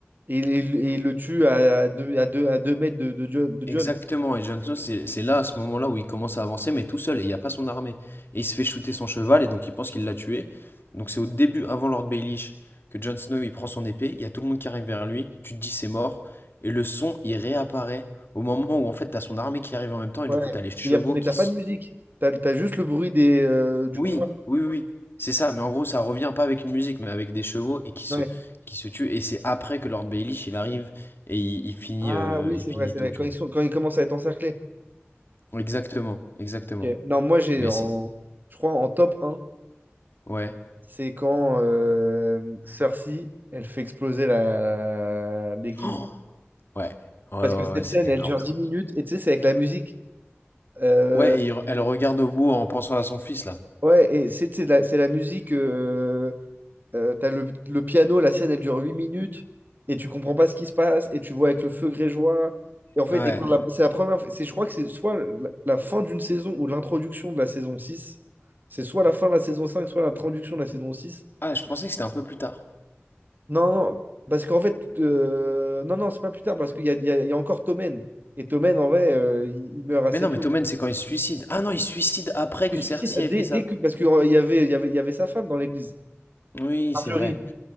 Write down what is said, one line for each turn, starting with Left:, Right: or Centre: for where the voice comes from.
Right: Et, il il- et il le tue à deux à deux, à deux mètres de, de John. de
Left: Exactement,
Right: John.
Left: et Jon Snow, c'est c'est là, à ce moment-là, où il commence à avancer, mais tout seul, et il n'y a pas son armée. Et il se fait shooter son cheval, et donc il pense qu'il l'a tué. Donc c'est au début, avant Lord Baelish, que Jon Snow, il prend son épée, il y a tout le monde qui arrive vers lui, tu te dis c'est mort, et le son, il réapparaît au moment où, en fait, t'as son armée qui arrive en même temps, et
Right: Ouais.
Left: du coup, t'as les chevaux
Right: Mais, y a- mais
Left: qui
Right: t'as pas
Left: se...
Right: de musique. T'as, t'as juste le bruit des, euh, du
Left: Oui,
Right: combat.
Left: oui, oui, oui, c'est ça, mais en gros, ça revient pas avec une musique, mais avec des chevaux, et qui se,
Right: Ouais.
Left: qui se tuent, et c'est après que Lord Baelish, il arrive, et il, il finit,
Right: Ah
Left: euh,
Right: oui,
Left: il
Right: c'est
Left: finit
Right: vrai, c'est
Left: tout,
Right: vrai.
Left: tu
Right: Quand
Left: vois.
Right: ils, sont- quand ils commencent à être encerclés.
Left: Exactement, exactement.
Right: Ok. Non, moi j'ai
Left: Mais
Right: en,
Left: c'est...
Right: je crois en top un
Left: Ouais.
Right: c'est quand euh, Cersei, elle fait exploser la, la- l'église.
Left: Oh Ouais. Ouais, ouais,
Right: Parce que cette
Left: ouais, c'est
Right: scène,
Left: énorme
Right: elle dure
Left: ça.
Right: 10 minutes, et tu sais, c'est avec la musique. Euh,
Left: Ouais, et il re- elle regarde au bout en pensant à son fils là.
Right: ouais, et c'est c'est la, c'est la musique euh, Euh, t'as le, le piano, la scène, elle dure 8 minutes, et tu comprends pas ce qui se passe, et tu vois avec le feu grégeois. Et en fait,
Left: Ouais.
Right: et quand la- c'est la première, c'est, je crois que c'est soit la, la fin d'une saison ou l'introduction de la saison six C'est soit la fin de la saison 5 soit l'introduction de la saison six
Left: Ah, je pensais que c'était un peu plus tard.
Right: Non, non, parce qu'en fait, euh, non, non, c'est pas plus tard, parce qu'il y a, il y a- il y a encore Tommen. Et Tommen, en vrai, euh, il il meurt assez
Left: Mais non, mais
Right: tôt.
Left: Tommen, c'est quand il se suicide. Ah non, il se suicide après que
Right: Il se
Left: Cersei
Right: suicide
Left: ait
Right: dès,
Left: fait ça.
Right: dès que, parce qu'il y avait, il y avait, il y avait sa femme dans l'église,
Left: Oui,
Right: Marjorie.
Left: c'est vrai.